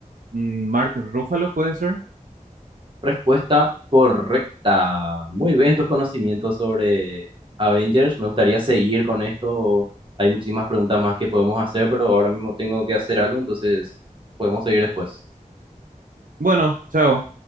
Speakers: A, on the right; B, on the right.
A: mm, Mark Ruffalo, ¿puede ser?
B: Respuesta correcta. Muy bien tus conocimientos sobre Avengers. Me gustaría seguir con esto. Hay muchísimas preguntas más que podemos hacer, pero ahora mismo tengo que hacer algo, entonces podemos seguir después.
A: Bueno, chao.